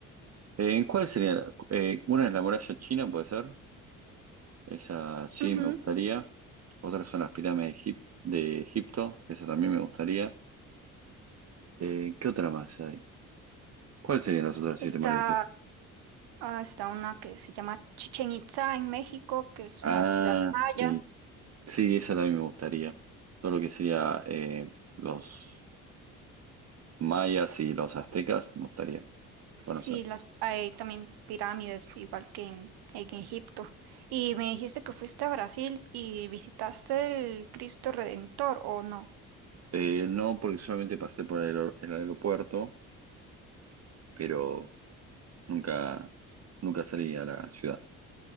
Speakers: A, on the right; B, on the right.
A: Eh, ¿En cuál sería? la- eh, una es la muralla china, puede ser. Esa sí
B: Ujú.
A: me gustaría. Otras son las pirámides de, Egip- de Egipto. Esa también me gustaría. Eh, ¿qué otra más hay? ¿Cuáles serían las otras
B: Está,
A: siete maravillas?
B: ah, está una que se llama Chichen Itza en México, que es
A: Ah,
B: una ciudad maya.
A: sí. Sí, esa también me gustaría. Todo lo que sería eh, los Mayas y los aztecas, me gustaría conocer.
B: Sí, las, hay también pirámides, igual que en, en Egipto. Y me dijiste que fuiste a Brasil y visitaste el Cristo Redentor, ¿o no?
A: Eh, no, porque solamente pasé por el, aer- el aeropuerto, pero nunca, nunca salí a la ciudad.